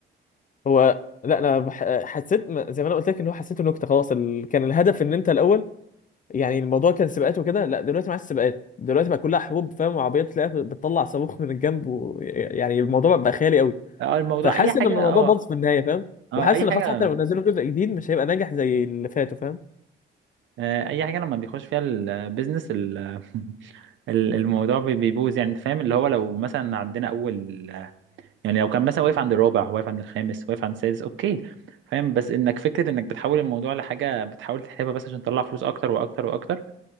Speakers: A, on the left; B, on the right.
A: هو لا انا بح... حسيت ما- زي ما انا قلت لك ان هو حسيته نكته خلاص ال... كان الهدف ان انت الاول يعني الموضوع كان سباقات وكده لا دلوقتي مع السباقات دلوقتي بقى كلها حروب فاهم وعربيات تلاقيها بتطلع صاروخ من الجنب و... يعني الموضوع بقى خيالي قوي
B: اه الموضوع
A: فحاسس
B: اي حاجة
A: ان الموضوع
B: اه
A: باظ في النهايه فاهم
B: اه
A: وحاسس
B: اي
A: ان
B: حاجة
A: خلاص حتى لو نزلوا جزء جديد مش هيبقى ناجح زي اللي فاتوا فاهم
B: آه اي حاجة لما بيخش فيها البيزنس ال... <laughs> ال- الموضوع بي- بيبوظ يعني انت فاهم اللي هو لو مثلا عندنا اول يعني لو كان مثلا واقف عند الرابع واقف عند الخامس واقف عند السادس اوكي فاهم بس انك فكرة انك بتحول الموضوع لحاجة بتحاول تحلبها بس عشان تطلع فلوس اكتر واكتر واكتر